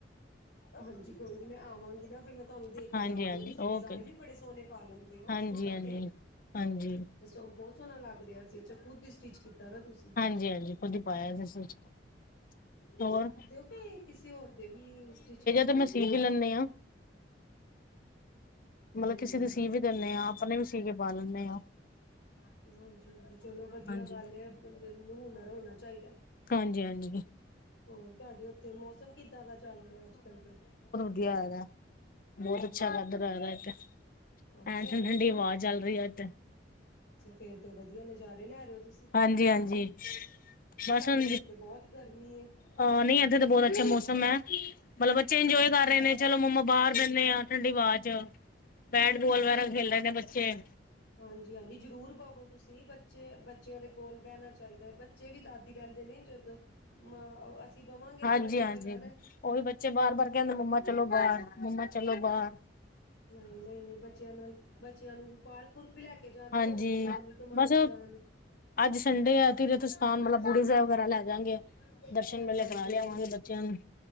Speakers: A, on the left; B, on the left.
A: ਹਾਂਜੀ ਕੋਈ ਨੀ ਮੈਂ ਆਵਾਂਗੀ ਨਾ ਫਿਰ ਮੈਂ ਤੁਹਾਨੂੰ ਦੇ ਕੇ
B: ਹਾਂਜੀ
A: ਜਾਵਾਂਗੇ
B: ਹਾਂਜੀ
A: ਤੁਸੀਂ
B: ਓਕੇ
A: ਡਿਜ਼ਾਇਨ
B: ਜੀ
A: ਵੀ ਬੜੇ ਸੋਹਣੇ ਪਾ ਲੈਂਦੇ ਹੋ
B: ਹਾਂਜੀ
A: ਸੂਟਾਂ
B: ਹਾਂਜੀ
A: ਤੇ
B: ਹਾਂਜੀ
A: ਸੋ ਬਹੁਤ ਸੋਹਣਾ ਲੱਗ ਰਿਹਾ ਸੀ ਅੱਛਾ ਖੁਦ ਹੀ ਸਟਿਚ ਕੀਤਾ ਤੁਸੀਂ
B: ਹਾਂਜੀ- ਹਾਂਜੀ ਖੁਦ ਹੀ ਪਾਇਆ ਸੀ ਤੇਹੋਰ
A: ਇਹ ਕਿਸੇ ਹੋਰ ਦੇ ਵੀ ਸਟਿਚ ਕਰਦੇ
B: ਤੇ ਮੈਂ ਸੀ ਵੀ ਲੈਂਦੇ ਹਾਂ ਮਤਲਬ
A: ਹੂੰ।
B: ਕਿਸੇ ਦੇ ਸੀ ਵੀ ਦਿੰਨਦੇ ਹਾਂ ਆਪਣੇ ਵੀ ਸੀ ਕੇ ਪਾ ਲੈਂਦੇ ਹਾਂ।
A: ਹਾਂਜੀ- ਹਾਂਜੀ ਚਲੋ ਵਧੀਆ
B: ਹਾਂਜੀ
A: ਗੱਲ ਹੈ ਬੰਦੇ ਨੂੰ ਹੁਨਰ ਹੋਣਾ ਚਾਹੀਦਾ।
B: ਹਾਂਜੀ- ਹਾਂਜੀ
A: ਹੋਰ ਤੁਹਾਡੇ ਉੱਥੇ ਮੌਸਮ ਕਿੱਦਾਂ ਦਾ ਚੱਲ ਰਿਹਾ ਅੱਜ ਕਲ ਫਿਰ
B: ਵਧਿਆ ਹੈਗਾ ਹੈ। ਬਹੁਤ
A: ਹਾਂਜੀ
B: ਅੱਛਾ ਲੱਗ ਰਹਾ ਇੱਥੇ
A: ਅੱਛਾ
B: ਐਂ ਠੰਡੀ-
A: ਵਧੀਆ
B: ਠੰਡੀ ਹਵਾ ਚੱਲ ਰਹੀ ਹੈ ਇੱਥੇ
A: ਅੱਛਾ ਫੇਰ ਤੇ ਵਧੀਆ ਨਜ਼ਾਰੇ ਲੈ ਰਹੇ ਹੋ ਤੁਸੀਂ
B: ਹਾਂਜੀ- ਹਾਂਜੀ ਬਸ
A: ਸਾਡੇ
B: ਹੁਣ
A: ਇੱਥੇ ਤੇ ਬਹੁਤ ਗਰਮੀ ਏ
B: ਹਾਂ ਨਹੀਂ ਇੱਥੇ ਤਾਂ ਬਹੁਤ ਅੱਛਾ ਮੌਸਮ ਹੈ ਮਤਲਬ ਬੱਚੇ ਇੰਜੋਏ ਕਰ ਰਹੇ ਨੇ ਚਲੋ ਮੰਮਾ ਬਾਹਰ ਬੈਨੇ ਆ ਠੰਡੀ ਵਾਹ 'ਚ ਬੈਟਬੋਲ
A: ਹਾਂਜੀ ਹਾਂਜੀ
B: ਵਗੈਰਾ ਖੇਲ ਰਹੇ ਨੇ ਬੱਚੇ
A: ਹਾਂਜੀ- ਹਾਂਜੀ ਜ਼ਰੂਰ ਬਵੋ ਤੁਸੀਂ ਬੱਚੇ ਬੱਚਿਆਂ ਦੇ ਕੋਲ ਬਹਿਣਾ ਚਾਹੀਦਾ। ਬੱਚੇ ਵੀ ਤਦ ਹੀ ਬੈਨ ਦੇ ਨੇ ਜਦੋਂ ਮਾਂ ਅਸੀਂ ਬਵਾਂਗੇ
B: ਹਾਂਜੀ
A: ਤੇ ਬੱਚਿਆਂ
B: ਹਾਂਜੀ
A: ਨੇ ਬਹਿਣਾ
B: ਉਹੀ ਬੱਚੇ ਬਾਰ- ਬਾਰ ਕਹਿੰਦੇ ਮੰਮਾ ਚਲੋ ਬਾਹਰ, ਮੰਮਾ ਚਲੋ ਬਾਹਰ
A: ਨਈ ਨਈ ਬੱਚਿਆਂ ਨਾਲ ਬੱਚਿਆਂ ਨੂੰ ਪਾਰਕ ਪੂਰਕ ਵੀ ਲੈ ਕੇ ਕੇ ਜਾਂਦੇ
B: ਹਾਂਜੀ
A: ਹੋਵੋਗੇ ਸ਼ਾਮੀ ਘੁਮਾਨ
B: ਬਸ
A: ਫਰਾਨ ਹਾਂਜੀ-ਹਾਂਜੀ-
B: ਅੱਜ ਸੰਡੇ ਆ ਤੀਰਥ ਸਥਾਨ ਮਤਲਬ ਬੂੜੀ ਸਾਹਿਬ ਵਗੈਰਾ ਲੈ ਜਾਗੇ ਦਰਸ਼ਨ ਮੇਲੇ ਕਰਾ ਲਿਆਵਾਂਗੇ ਬੱਚਿਆਂ ਨੂੰ